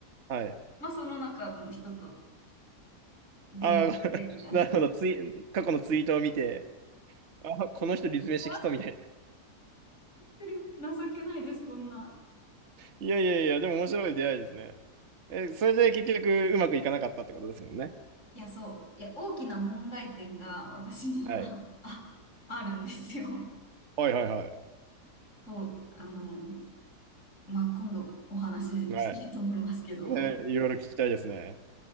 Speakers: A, on the right (about 50°); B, on the left (about 50°).
A: はい。
B: まあその中の人と電話してみたいな。
A: ああ、ご <laughs> なるほど。ツイ、過去のツイートを見て、ああ、この人立命してきそうみたいな。
B: 終わってる。情けないです、こんな。
A: いやいやいや、でも面白い出会いですね。え、それで結局うまくいかなかったってことですもんね。
B: いや、そう。いや、大きな問題点が私には
A: はい。
B: <laughs> あ、あるんですよ。
A: はいはいは
B: そう。あの、まあ、今度お話ししたいと思いますけど。
A: い。はい。ねいろいろ聞きたいですね。